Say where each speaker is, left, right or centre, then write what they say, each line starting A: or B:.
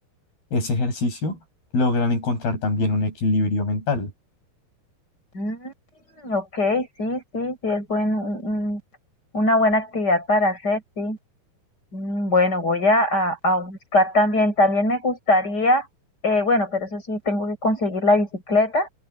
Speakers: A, on the left; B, on the left.
A: ese ejercicio logran encontrar también un equilibrio mental.
B: Mm, ok, sí, sí, sí, es buen, un- un- una buena actividad para hacer, sí. Mm, Bueno, voy a, a- a buscar también, también me gustaría, eh, bueno, pero eso sí, tengo que conseguir la bicicleta